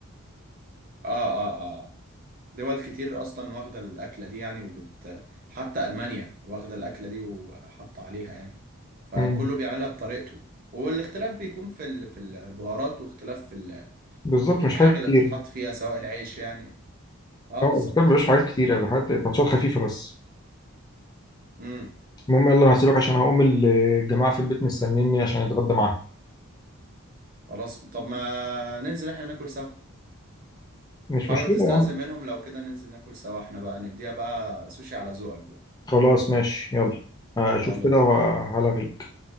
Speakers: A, on the right; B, on the left.
A: اه اه آه. دول كتير اصلا واخده الاكله دي يعني وبت حتى المانيا واخده الاكله دي وحاطه عليها يعني فكله
B: يعني
A: بيعملها بطريقته والاختلاف بيكون في ال... في البهارات واختلاف في ال...
B: بالظبط
A: في
B: مش
A: الحاجه
B: حاجات كتير
A: اللي بتتحط فيها سواء العيش يعني اه
B: اه
A: بالظبط
B: الكتاب مبيبقاش حاجات كتيرة اللي حاجات تاتشات خفيفة بس
A: امم
B: المهم يلا أنا هسيبك عشان هقوم الجماعة في البيت مستنيني عشان اتغدى معاهم
A: خلاص طب ما ننزل احنا ناكل سوا
B: مش
A: حاول
B: مشكلة
A: تستأذن
B: يا عم
A: منهم لو كده ننزل ناكل سوا احنا بقى نديها بقى سوشي على ذوقك بقى
B: خلاص ماشي يلا هشوف
A: يلا
B: كده
A: بينا
B: وهلغيك